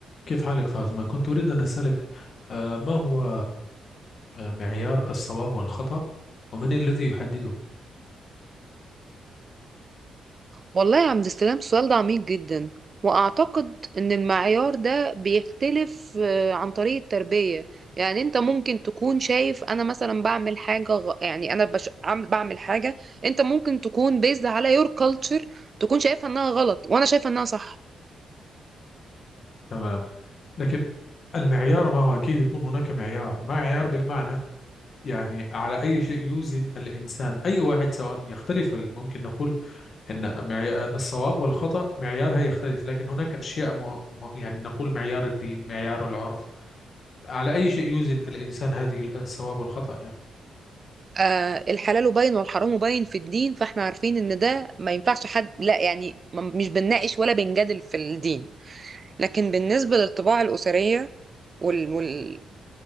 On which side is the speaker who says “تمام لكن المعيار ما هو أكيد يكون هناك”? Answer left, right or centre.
Left